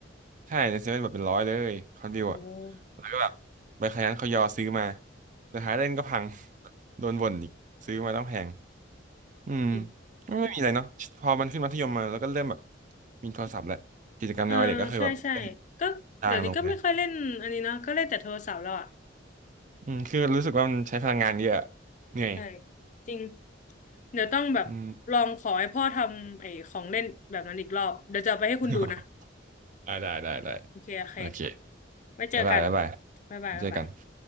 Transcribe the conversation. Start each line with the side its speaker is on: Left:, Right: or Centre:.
Right: ใช่ในเซเว่นแบบเป็นร้อยเลยฮอตวิวอ่ะ
Left: โอ้
Right: แล้วก็แบบไปขยันเขายอซื้อมาสุดท้ายเล่นก็พัง <laughs> โดนบ่นอีกซื้อมาต้องแพงอืม
Left: จริง
Right: ไม่ไม่มีอะไรเนาะพอมันขึ้นมัธยมมาแล้วก็เริ่มแบบมีโทรศัพท์แหละกิจกรรมในวัยเด็กก็คือแบบเล่น
Left: เออใช่ใช่ก็เดี๋ยวนี้ก็ไม่ค่อยเล่นอันนี้เนาะก็เล่นแต่โทรศัพท์แล้วอ่ะ
Right: จางลงเลยอืมคือรู้สึกว่ามันใช้พลังงานเยอะอะเหนื่อย
Left: ใช่จริงเดี๋ยวต้องแบบลองขอให้พ่อทำไอ้ของเล่นแบบนั้นอีกรอบเดี๋ยวจะเอาไปให้คุณดูนะ
Right: อืม <laughs> ได้ได้ได้ได้
Left: โอเคโอเค
Right: โอเค
Left: ไว้เจอกัน
Right: บ๊ายบายบ๊ายบาย
Left: บ๊ายบายบ๊ายบาย
Right: เจอกัน